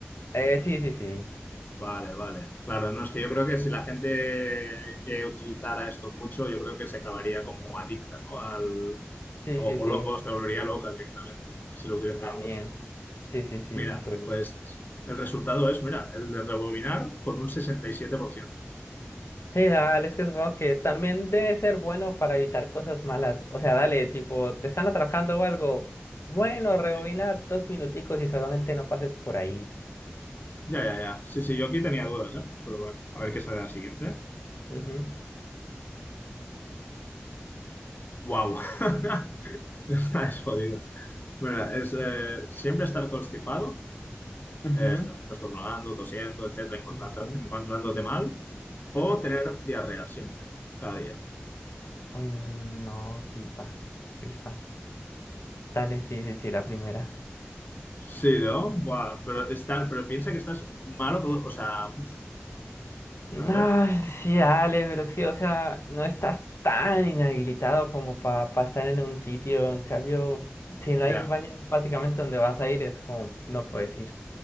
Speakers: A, on the left; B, on the left.
A: Eh, sí, sí, sí,
B: Vale, vale. Claro, no es que yo creo que si la gente que utilizara esto mucho, yo creo que se acabaría como adicta, ¿no? Al, o,
A: sí, sí,
B: o
A: sí,
B: lo- o se volvería loca directamente si lo utilizaba
A: también,
B: mucho.
A: sí, sí, sí,
B: Mira,
A: true.
B: pues el resultado es, mira, el de rebobinar con un 67%.
A: Sí, dale, es que supongo que también debe ser bueno para evitar cosas malas. O sea, dale, tipo, te están atracando o algo. Bueno,
B: Sí,
A: rebobina
B: sí.
A: dos minuticos y solamente no pases por ahí.
B: Ya, ya, ya. Sí, sí, yo aquí tenía dudas, ¿eh? Pero bueno, a ver qué sale la siguiente.
A: Ujú,
B: wow. <laughs> Esta es jodida. Mira, es eh, siempre estar constipado
A: Ujú,
B: eh, estar siempre estornudando, tosiendo, etcétera, encontrarte-
A: Sí, sí, sí.
B: encontrándote mal, o
A: ujú.
B: tener diarrea siempre, cada día.
A: Uy, no, gripa, gripa. Dale, sí, sí, sí, la primera.
B: Sí, ¿no? Buah, pero estar, pero piensa que estás malo todo, o sea, uf,
A: No,
B: a ver,
A: sí, dale, pero es que, o sea, no estás tan inhabilitado como para estar en un sitio. En cambio, si no hay
B: ya,
A: un baño básicamente donde vas a ir, es como, no puedes ir.